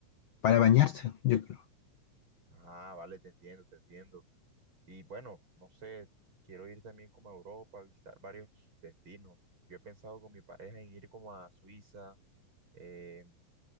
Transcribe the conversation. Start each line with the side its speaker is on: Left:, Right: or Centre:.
Left: para bañarse, yo creo.
Right: Ah, vale, te entiendo, te entiendo. Y bueno, no sé, quiero ir también como a Europa, a visitar varios destinos. Yo he pensado con mi pareja en ir como a Suiza, eh,